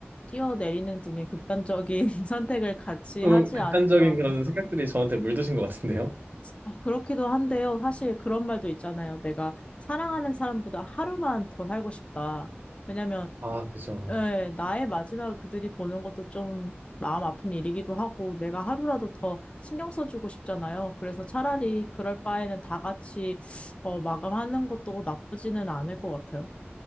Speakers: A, on the left; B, on the right.
A: 뛰어내리는 등의 극단적인 <laughs> 선택을 같이
B: 조금
A: 하지
B: 극단적인
A: 않을까.
B: 그런 생각들이 저한테 물드신 것 같은데요?
A: 어, 그렇기도 한데요. 사실 그런 말도 있잖아요. 내가 사랑하는 사람보다 하루만 더 살고 싶다. 왜냐면
B: 아, 그죠.
A: 예, 나의 마지막을 그들이 보는 것도 좀 마음 아픈 일이기도 하고, 내가 하루라도 더 신경 써주고 싶잖아요. 그래서 차라리 그럴 바에는 다 같이 어, 마감하는 것도 나쁘지는 않을 것 같아요.